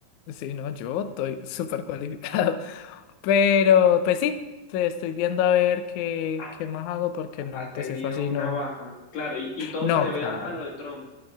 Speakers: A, on the left; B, on the left.
A: Sí, no, yo estoy súper cualificado. <laughs> Pero, pues sí, te estoy viendo a ver qué,
B: Ah,
A: qué más hago, porque no,
B: ha tenido
A: pues eso así
B: una
A: no.
B: baja. Claro, y, y todo
A: No,
B: se debe
A: claro.
B: a, a lo de Trump.